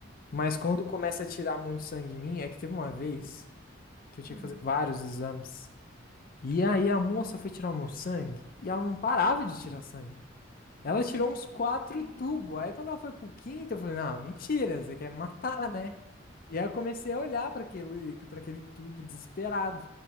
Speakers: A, on the left; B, on the left.
A: Mas quando começa a tirar muito sangue em mim, é que teve uma vez que eu
B: ai.
A: tinha que fazer vários exames. E aí a moça foi tirar o meu sangue e ela não parava de tirar sangue.
B: Me
A: Ela
B: aconteceu
A: tirou uns quatro
B: recente.
A: tubos. Aí quando ela foi pro quinto, eu falei, não, mentira, você quer me matar, né? E aí eu comecei a olhar pra aquele, para aquele tubo desesperado.